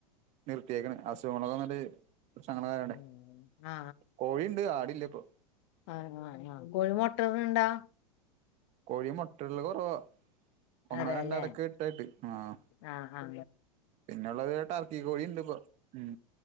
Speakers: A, on the right; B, on the left.
A: നിർത്തിയേക്കണ് അസുഖങ്ങളക്കെന്നട്ട് പ്രശ്നങ്ങളായോണ്ടയ്
B: ഉം. ആ
A: കോഴി ഇ ണ്ട് ആടില്ല ഇപ്പൊ
B: ആഹ് കൊഴി മുട്ട ഇടുന്നുണ്ടോ
A: കോഴി മൊട്ടടല് കൊറവ ഒന്നോ
B: അതെ
A: രണ്ടോ
B: അല്ലേ
A: എടക്ക് ഇട്ടായിട്ട് ആഹ്
B: ആ ആ
A: പിന്നെള്ളത് ടർക്കി കോഴി ഇണ്ട് ഇപോ ഉം